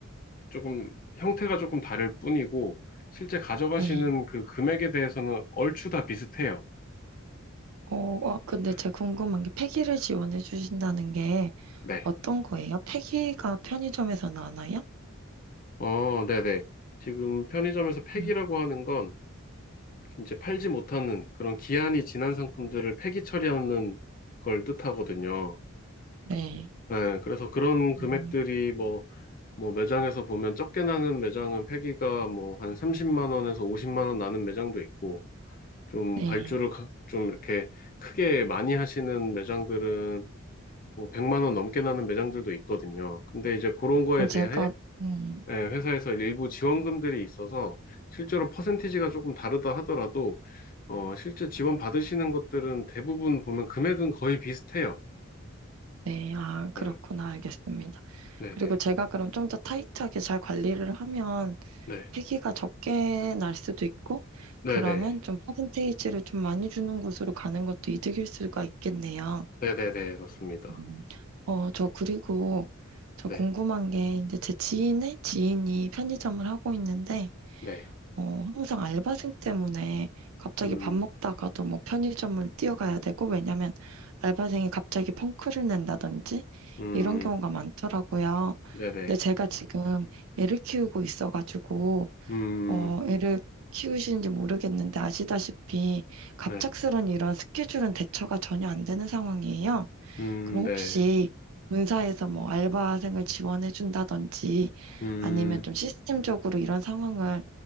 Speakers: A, on the left; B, on the right.
A: 조금 형태가 조금 다를 뿐이고 실제 가져가시는
B: 네.
A: 그 금액에 대해서는 얼추 다 비슷해요.
B: 어, 아, 근데
A: 음.
B: 제가 궁금한 게 폐기를 지원해 주신다는 게
A: 네.
B: 어떤 거예요? 폐기가 편의점에서 나나요?
A: 어, 네네. 지금 편의점에서 폐기라고
B: 음,
A: 하는 건 이제 팔지 못하는 그런 기한이 지난 상품들을 폐기 처리하는 걸 뜻하거든요.
B: 네.
A: 네, 그래서 그런
B: 음,
A: 금액들이 뭐, 뭐 매장에서 보면 적게 나는 매장은 폐기가 뭐 한 30만 원에서 50만 원 나는 매장도 있고 좀
B: 네.
A: 발주를 가- 좀 이렇게 크게 많이 하시는 매장들은 뭐 100만 원 넘게 나는 매장들도 있거든요. 근데 이제 그런 거에
B: 그럼 제가,
A: 대해
B: 음,
A: 예, 회사에서 일부 지원금들이 있어서 실제로 퍼센티지가 조금 다르다 하더라도 어, 실제 지원 받으시는 것들은 대부분 보면 금액은 거의 비슷해요.
B: 네. 아, 그렇구나.
A: 음,
B: 알겠습니다.
A: 네네,
B: 그리고 제가 그럼 좀 더 타이트하게 잘 관리를 하면
A: 네,
B: 폐기가 적게 날 수도 있고,
A: 네네,
B: 그러면 좀 퍼센테이지를 좀 많이 주는 곳으로 가는 것도 이득일 수가 있겠네요.
A: 네네네, 맞습니다.
B: 음, 어, 저 그리고 저
A: 네,
B: 궁금한 게 이제 제 지인의 지인이 편의점을 하고 있는데,
A: 네,
B: 어, 항상 알바생 때문에 갑자기
A: 음,
B: 밥 먹다가도 뭐 편의점을 뛰어가야 되고, 왜냐면 알바생이 갑자기 펑크를 낸다든지
A: 음,
B: 이런 경우가 많더라고요.
A: 네네,
B: 근데 제가 지금 애를 키우고 있어가지고,
A: 음,
B: 어, 애를 키우시는지 모르겠는데 아시다시피 갑작스런
A: 네,
B: 이런 스케줄은 대처가 전혀 안 되는 상황이에요.
A: 음,
B: 그럼
A: 네,
B: 혹시 본사에서 뭐 알바생을 지원해 준다든지
A: 음,
B: 아니면 좀 시스템적으로 이런 상황을